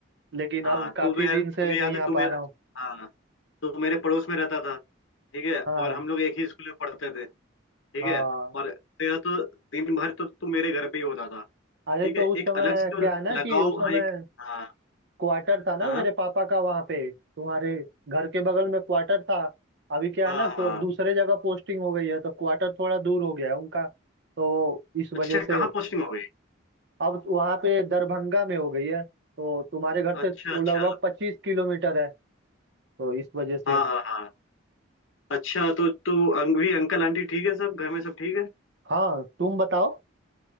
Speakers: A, on the right (about 55°); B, on the left (about 70°).
A: लेकिन
B: हाँ
A: अब काफी
B: तू तो यार
A: दिन से
B: तुझे
A: नहीं
B: याद है
A: आ
B: तू मेरा
A: पा रहा हूँ
B: हाँ तो मेरे पड़ोस में रहता था ठीक है
A: हाँ
B: और हम लोग एक ही स्कूल में पढ़ते थे ठीक
A: हाँ
B: है और तेरा तो दिन भर तो तू मेरे घर पे ही होता था
A: अरे
B: ठीक
A: तो
B: है
A: उस
B: एक
A: समय
B: अलग से जो
A: क्या है ना कि
B: लगाव
A: उस समय
B: हाँ एक हाँ
A: क्वार्टर था ना
B: हाँ
A: मेरे पापा का वहां पे तुम्हारे घर के बगल में क्वार्टर था अभी क्या
B: हाँ
A: है ना
B: हाँ
A: को
B: हाँ।
A: दूसरे जगह पोस्टिंग हो गई है तो क्वार्टर थोड़ा दूर हो गया है उनका तो इस वजह
B: अच्छा
A: से
B: कहाँ पोस्टिंग हो गई
A: अब वहां पे दरभंगा में हो गई है तो तुम्हारे घर से
B: अच्छा
A: वो
B: अच्छा
A: लगभग पच्चीस किलोमीटर है तो इस वजह से
B: हाँ हाँ हाँ अच्छा तो तू अंग भी अंकल आंटी ठीक है सब घर में सब ठीक है
A: हाँ तुम बताओ